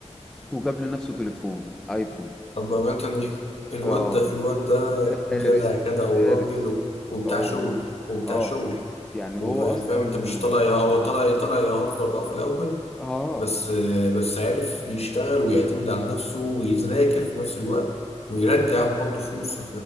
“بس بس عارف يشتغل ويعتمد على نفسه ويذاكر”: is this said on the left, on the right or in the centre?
Left